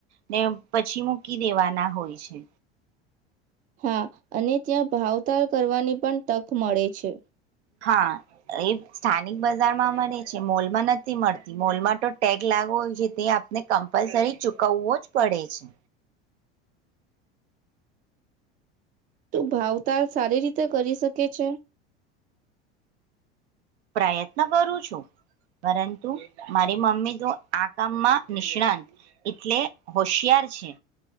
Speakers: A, on the right (about 75°); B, on the right (about 25°).
A: ને પછી મૂકી દેવાના હોય છે.
B: હા અને ત્યાં ભાવતાર કરવાની પણ તક મળે છે.
A: હા એ સ્થાનિક બજારમાં મળે છે મોલમાં નથી મળતી મોલમાં તો ટેગ લાગવો હોય છે તે આપને કમ્પલસરી ચુકવવો જ પડે છે.
B: તું ભાવતાલ સારી રીતે કરી શકે છે.
A: પ્રયત્ન કરું છું પરંતુ મારી મમ્મી તો આ કામમાં નિષ્ણાંત એટલે હોશિયાર છે.